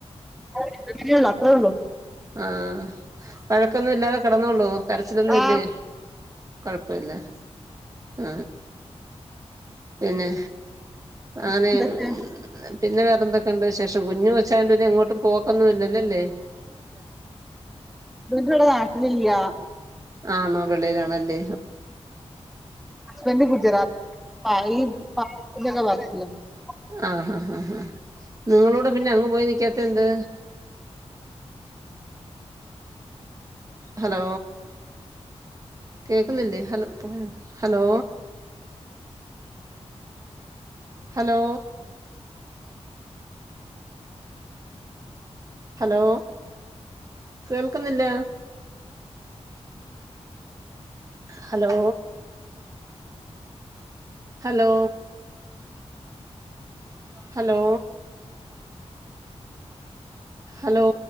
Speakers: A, in the centre; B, on the right.
A: അത്രേള്ളൂ അത്രയേ ഉള്ളു
B: ആ വഴക്കൊന്നും ഇല്ലാതെ കിടന്നൊള്ളോ? കരച്ചിലൊന്നും
A: ആ
B: ഇല്ലേ? കൊഴപ്പല്ല. ആ പിന്നെ ആനെ
A: എന്തൊക്കെ
B: പിന്നെ വേറെന്തൊക്കെ ഉണ്ട് വിശേഷം കുഞ്ഞു കൊ- ഇച്ചായൻ പിന്നെ അങ്ങോട്ട് പോക്കൊന്നും ഇല്ലല്ലോ അല്ലെ?
A: മൂപ്പരിവടെ നാട്ടിലില്ല്യ
B: ആണോ വെളിൽ ആണല്ലേ
A: ഹസ്ബൻഡ് <unintelligible>
B: ആഹ് ഹാ ഹാ ഹാ നിങ്ങളൂടെ പിന്നെ അങ്ങ് പോയി നക്കാത്തന്ത് ഹലോ കേക്കുന്നില്ലേ ഹലോ പോയോ ഹലോ ഹലോ ഹലോ കേൾക്കുന്നില്ല ഹലോ ഹലോ ഹലോ ഹലോ